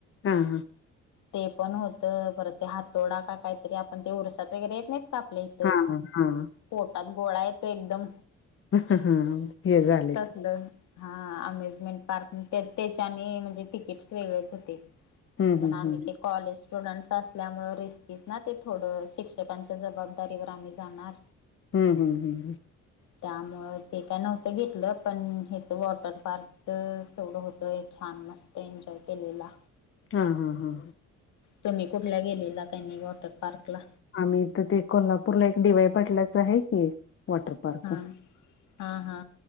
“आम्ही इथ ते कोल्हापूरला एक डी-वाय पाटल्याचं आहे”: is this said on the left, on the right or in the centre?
Left